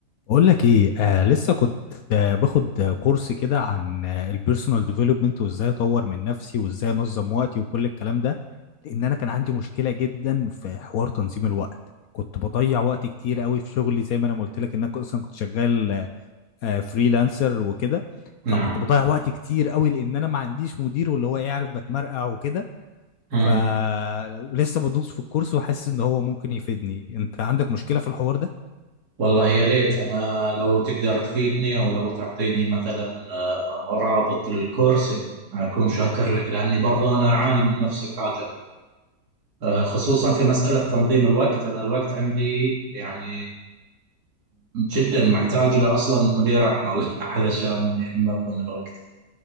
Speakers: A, on the left (about 70°); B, on the right (about 75°).
A: بقول لك ايه آه لسه كنت آه باخد آه، كورس كده عن آه البيرسونال ديفلوبمنت وازاي اطور من نفسي وازاي انظم وقتي وكل الكلام ده لان انا كان عندي مشكله جدا في حوار تنظيم الوقت كنت بضيع وقت كتير قوي في شغلي زي ما انا ما قلت لك ان انا اصلا كنت شغال آه فريلانسر وكده
B: نعم
A: فكنت بضيع وقت كتير قوي لان انا ما عنديش مدير واللي هو يعرف بتمرقع وكده
B: مم.
A: فلسه بدوس في الكورس وحاسس ان هو ممكن يفيدني انت عندك مشكله في الحوار ده
B: والله يا ليت أنا لو تقدر تفيدني أو لو تعطيني مثلا آه، رابط للكورس أكون شاكر لك لأني برضه أنا أعاني من نفس الحاجة آه، خصوصا في مسألة تنظيم الوقت أنا الوقت عندي يعني جدا محتاج له أصلا مدير أعمال <laughs> علشان ينظم الوقت